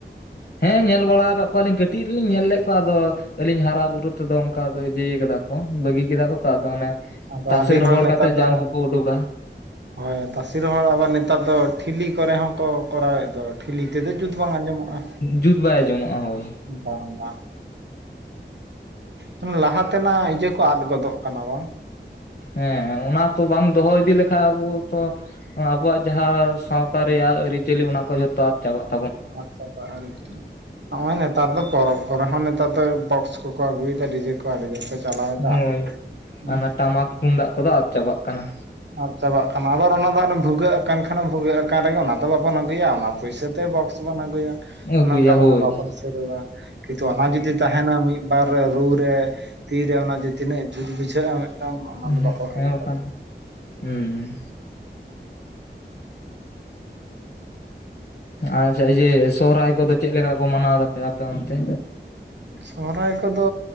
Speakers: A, on the left; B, on the right.
A: ᱦᱮᱸ ᱧᱮᱞ ᱵᱟᱲᱟ ᱟᱠᱟᱫ ᱠᱚᱣᱟᱞᱤᱧ ᱠᱟᱹᱴᱤᱡ ᱨᱮᱞᱤᱧ ᱧᱮᱞ ᱞᱮᱫ ᱠᱚᱣᱟ ᱟᱫᱚ ᱟᱹᱞᱤᱧ ᱦᱟᱨᱟ ᱵᱩᱨᱩ ᱛᱮᱫᱚ ᱚᱱᱠᱟ ᱫᱚ ᱡᱟᱹᱭ ᱠᱟᱫᱟ ᱠᱚ ᱵᱟᱹᱜᱤ ᱠᱮᱫᱟ ᱠᱚ ᱛᱚ ᱟᱫᱚ ᱚᱱᱮ
B: ᱟᱫᱚ
A: ᱛᱟᱥᱮ
B: ᱟᱹᱰᱤ
A: ᱨᱚᱦᱚᱲ
B: ᱦᱚᱲ ᱱᱮᱛᱟᱨ
A: ᱠᱟᱛᱮᱜ
B: ᱫᱚ
A: ᱡᱟᱝ ᱠᱚᱠᱚ ᱩᱰᱩᱠᱟ
B: ᱦᱳᱭ ᱛᱟᱥᱮ ᱨᱚᱦᱚᱲ ᱟᱵᱟᱨ ᱱᱮᱛᱟᱨ ᱫᱚ ᱴᱷᱤᱞᱤ ᱠᱚᱨᱮ ᱦᱚᱸᱠᱚ ᱠᱚᱨᱟᱣᱮᱫ ᱫᱚ ᱴᱷᱤᱞᱤ ᱛᱮᱫᱚ ᱡᱩᱛ ᱵᱟᱝ ᱟᱸᱡᱚᱢᱚᱜ-ᱟ
A: ᱡᱩᱛ ᱵᱟᱭ ᱟᱸᱚᱢᱚᱜ-ᱟ ᱦᱳᱭ
B: ᱵᱟᱝ ᱵᱟᱝ ᱦᱮᱸ ᱞᱟᱦᱟ ᱛᱮᱱᱟᱜ ᱤᱭᱟᱹ ᱠᱚ ᱟᱫ ᱜᱚᱫᱚᱜ ᱠᱟᱱᱟ ᱵᱟᱝ
A: ᱦᱮᱸ ᱚᱱᱟ ᱠᱚ ᱵᱟᱝ ᱫᱚᱦᱚ ᱤᱫᱤ ᱞᱮᱠᱷᱟᱡ ᱟᱵᱚ ᱛᱚ ᱟᱵᱚᱣᱟᱜ ᱡᱟᱦᱟᱸ ᱥᱟᱶᱛᱟ ᱨᱮᱭᱟᱜ ᱟᱹᱨᱤᱪᱟᱹᱞᱤ ᱚᱱᱟ ᱠᱚ ᱡᱷᱚᱛᱚ ᱟᱫ ᱪᱟᱵᱟᱜ ᱠᱟᱱᱟ
B: ᱟᱪᱪᱷᱟ <unintelligible> ᱱᱚᱜ-ᱚᱭ ᱱᱮᱛᱟᱨ ᱫᱚ ᱯᱚᱨᱚᱵᱽ ᱠᱚᱨᱮ ᱦᱚᱸ ᱱᱮᱛᱟᱨ ᱫᱚ ᱵᱚᱠᱥ ᱠᱚᱠᱚ ᱟᱹᱜᱩᱭᱮᱫᱟ ᱰᱤᱡᱮ ᱠᱚ ᱟᱹᱰᱤ ᱡᱮ ᱠᱚ ᱪᱟᱞᱟᱣᱮᱫᱟ
A: ᱦᱳᱭ
B: ᱦᱩᱸ
A: ᱚᱱᱟ ᱴᱟᱢᱟᱠ ᱛᱩᱢᱫᱟᱜ ᱠᱚᱫᱚ ᱟᱫ ᱪᱟᱵᱟᱜ ᱠᱟᱱᱟ
B: ᱟᱫ ᱪᱟᱵᱟᱜ ᱠᱟᱱᱟ ᱟᱵᱟᱨ ᱚᱱᱟ ᱫᱚ ᱵᱷᱩᱜᱟᱹᱜ ᱟᱠᱟᱱ ᱠᱷᱟᱱ ᱵᱷᱩᱜᱟᱹᱜ ᱟᱠᱟᱱ ᱨᱮᱜᱮ ᱚᱱᱟ ᱫᱚ ᱵᱟᱵᱚᱱ ᱟᱹᱜᱩᱭᱟ ᱚᱱᱟ ᱯᱩᱭᱥᱟᱹᱛᱮ ᱵᱚᱠᱥ <unintelligible> ᱟᱹᱜᱩᱭᱟ
A: ᱟᱹᱜᱩᱭᱟ
B: ᱚᱱᱟᱴᱟ ᱢᱟᱱᱮ
A: ᱦᱳᱭ
B: ᱵᱟᱵᱚᱱ ᱥᱤᱨᱟᱹᱣᱟ ᱠᱤᱱᱛᱩ ᱚᱱᱟ
A: ᱦᱩᱸ
B: ᱡᱩᱫᱤ ᱛᱟᱦᱮᱱᱟ ᱢᱤᱫ ᱵᱟᱨ ᱨᱮ ᱨᱩ ᱨᱮ ᱛᱤᱨᱮ ᱚᱱᱟ ᱡᱮ ᱛᱤᱱᱟᱹᱜ ᱡᱩᱛ ᱵᱩᱡᱷᱟᱹᱜ-ᱟ ᱢᱤᱫᱴᱟᱝ ᱚᱱᱟ
A: ᱦᱮᱸ
B: ᱫᱚ ᱵᱟᱠᱚ ᱦᱟᱹᱨᱩᱭ
A: ᱵᱟᱠᱷᱟᱱ
B: ᱛᱟᱵᱚᱱᱟ
A: ᱦᱩᱸ ᱟᱪᱪᱷᱟ ᱤᱭᱟᱹ ᱥᱚᱦᱨᱟᱭ ᱠᱚᱫᱚ ᱪᱮᱫᱞᱮᱠᱟ ᱠᱚ ᱢᱟᱱᱟᱣ ᱫᱟᱯᱮ ᱟᱯᱮ ᱚᱱᱛᱮ
B: ᱥᱚᱦᱨᱟᱭ ᱠᱚᱫᱚ